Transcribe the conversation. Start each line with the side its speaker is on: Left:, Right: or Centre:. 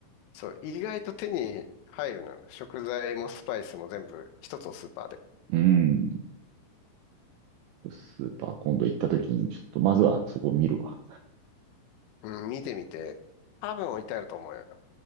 Left: そう、意外と手に入るのよ。食材もスパイスも全部一つのスーパーで。
Right: うん。スーパー今度行った時に、ちょっと、まずはそこを見るわ。
Left: うん、見てみて。多分置いてあると思うよ。